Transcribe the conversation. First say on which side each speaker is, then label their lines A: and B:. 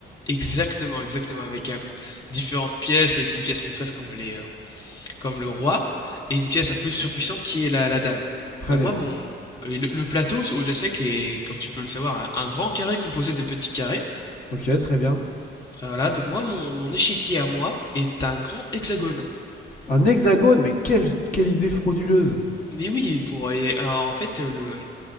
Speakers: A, on the left; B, on the left.
A: Exactement, exactement, avec un- différentes pièces, avec une pièce maîtresse comme les, euh, comme le roi, et une pièce un peu surpuissante qui est la, la dame.
B: Très
A: Bah,
B: bien.
A: moi, mon... et Le, le plateau aux échecs est, comme tu peux le savoir, un, un grand carré composé de petits carrés.
B: Ok, très bien.
A: Voilà, donc moi, mon, mon échiquier à moi est un grand hexagone.
B: Un hexagone, mais quelle, quelle idée frauduleuse
A: Mais oui, pour et alors, en fait euh, le